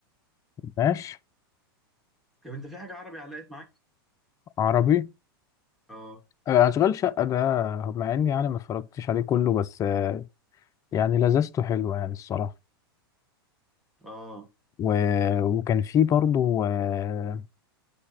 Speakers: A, on the left; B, in the centre.
A: ماشي
B: طب انت في حاجة عربي علقت معاك؟
A: عربي
B: اه
A: آه، اشغال شقه ده مع اني يعني ما اتفرجتش عليه كله بس آه، يعني لذته حلوه يعني الصراحه
B: اه
A: و... وكان في برضو آه،